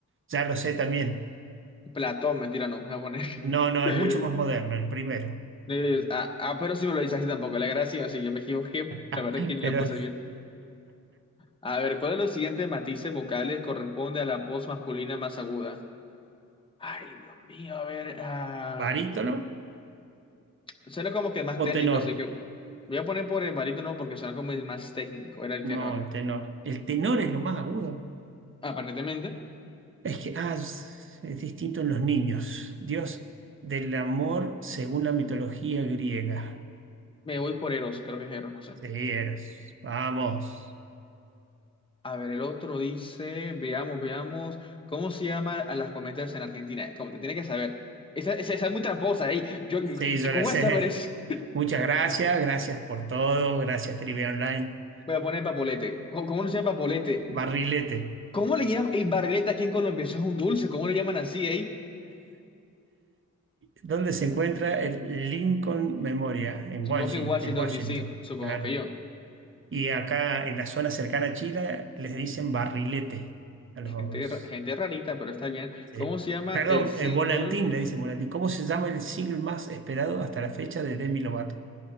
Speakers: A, on the right; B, on the left.
A: Ya lo sé también.
B: Platón, mentira, no, voy a poner.
A: No, no,
B: <laughs>
A: es mucho más moderno, el primero.
B: No, yo- yo- Ah, ah, pero sí me lo dice así tampoco. La gracia, sí, yo me equivoqué. La
A: <laughs>
B: verdad es que ni
A: Pero
B: lo puse bien. A ver, ¿cuál de los siguientes matices vocales corresponde a la voz masculina más aguda? Ay, Dios mío, a ver. ah,
A: barítono
B: suena como que más
A: o
B: técnico,
A: tenor.
B: así que voy a poner por el barítono porque suena como el más técnico, era el
A: No,
B: tenor.
A: el tenor. El tenor es lo más agudo.
B: Aparentemente,
A: Es que ah, es, es distinto en los niños. Dios del amor según la mitología griega.
B: me voy por Eros, creo que es Eros, no sé.
A: Sí, Eros. Vamos.
B: A ver, el otro dice, veamos, veamos, ¿cómo se llama a las cometas en Argentina? Eh, Como te tiene que saber. Esa, esa, esa es muy tramposa, ey. Yo, yo-
A: Sí, yo
B: ¿cómo
A: la
B: voy
A: sé.
B: a saber es?
A: <laughs> Muchas gracias. Gracias por todo. Gracias, Trivia Online.
B: Voy a poner papolete. ¿Cómo, cómo no se llama papolete?
A: Barrilete.
B: ¿Cómo le llaman, ey, barrilete aquí en Colombia? Eso es un dulce, ¿cómo le llaman así, ey?
A: ¿Dónde se encuentra el Lincoln Memorial? En
B: Supongo
A: Washington,
B: que Washington,
A: en Washington,
B: D.C., supongo
A: claro.
B: que yo.
A: Y acá en la zona cercana a Chile les dicen barrilete a los
B: Gente, ra- gente rarita, pero está bien.
A: Sí.
B: ¿Cómo se llama
A: Perdón,
B: el single?
A: eh, Volantín, le dicen Volantín. ¿Cómo se llama el single más esperado hasta la fecha de Demi Lovato?